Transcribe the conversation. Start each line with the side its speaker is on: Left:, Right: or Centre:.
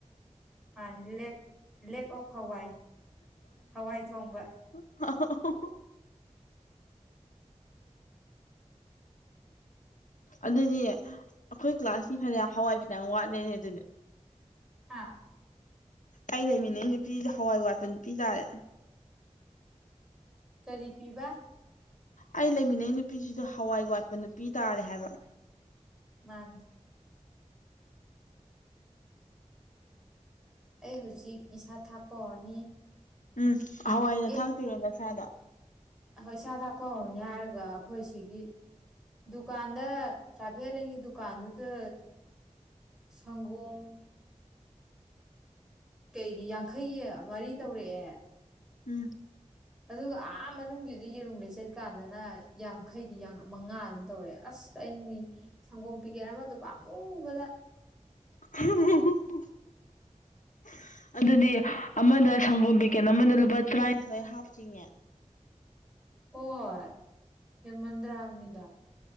Centre: ꯃꯥꯅꯦ ꯂꯦꯛ ꯂꯦꯛ ꯑꯣꯐ ꯍꯋꯥꯏ ꯍꯋꯥꯏ ꯊꯣꯡꯕ
Left: ꯍ ꯑꯗꯨꯗꯤ ꯑꯩꯈꯣꯏ ꯀ꯭ꯂꯥꯁꯀꯤ ꯐꯅꯌꯥꯝ ꯍꯋꯥꯏ ꯐꯅꯌꯥꯝ ꯋꯥꯠꯂꯦꯅꯦ ꯑꯗꯨꯗꯤ
Centre: ꯍꯥꯥ
Left: ꯑꯩ ꯂꯩꯃꯤꯟꯅꯩ ꯅꯨꯄꯤꯗꯤ ꯍꯋꯥꯏ ꯋꯥꯠꯄ ꯅꯨꯄꯤ ꯇꯥꯔꯦ
Centre: ꯀꯔꯤ ꯄꯤꯕ
Left: ꯑꯩ ꯂꯩꯃꯤꯟꯅꯩ ꯅꯨꯄꯤꯁꯤꯁꯨ ꯍꯋꯥꯏ ꯋꯥꯠꯄ ꯅꯨꯄꯤ ꯇꯥꯔꯦ ꯍꯥꯏꯕ
Centre: ꯃꯥꯅꯦ ꯑꯩ ꯍꯧꯖꯤꯛ ꯏꯁꯥ ꯊꯥꯛꯄ ꯍꯧꯔꯅꯤ
Left: ꯎꯝ ꯍꯋꯥꯏꯅ ꯊꯥꯛꯇꯤꯔꯣ
Centre: ꯑꯦ
Left: ꯅꯁꯥꯗ
Centre: ꯏꯁꯥ ꯊꯥꯛꯄ ꯍꯧꯔꯅꯤ ꯍꯥꯏꯔꯒ ꯑꯩꯈꯣꯏ ꯁꯤꯒꯤ ꯗꯨꯀꯥꯟꯗ ꯇ꯭ꯔꯥꯐꯤꯛ ꯑꯥꯏꯂꯦꯟꯒꯤ ꯗꯨꯀꯥꯟꯗꯨꯗ ꯁꯪꯒꯣꯝ ꯀꯩꯒꯤ ꯌꯥꯡꯈꯩꯒꯤ ꯃꯥꯔꯤ ꯇꯧꯔꯛꯑꯦ
Left: ꯎꯝ
Centre: ꯑꯗꯨꯒ ꯑꯥ ꯃꯅꯨꯡꯒꯤꯗꯤ ꯌꯦꯔꯨꯝ ꯂꯩꯆꯠꯀꯥꯟꯗꯅ ꯌꯥꯡꯈꯩꯒꯤ ꯃꯉꯥ ꯑꯗꯨꯝ ꯇꯧꯔꯛꯑꯦ ꯑꯁ ꯆꯩꯅꯤ ꯁꯪꯒꯣꯝ ꯄꯤꯒꯦꯠ ꯑꯃꯗꯨ ꯄꯥꯝꯃꯨꯕꯗ
Left: <unintelligible> ꯑꯗꯨꯗꯤ ꯑꯃꯗ ꯁꯪꯒꯣꯝ ꯄꯦꯀꯦꯠ ꯑꯃꯗ ꯂꯨꯄꯥ ꯇꯔꯥꯅꯤꯊꯣꯏ ꯍꯥꯞꯐ ꯆꯤꯡꯉꯦ
Centre: ꯍ ꯍꯣꯏ ꯍꯦ ꯃꯟꯗ꯭ꯔꯥ ꯍꯥꯝꯅꯤꯗ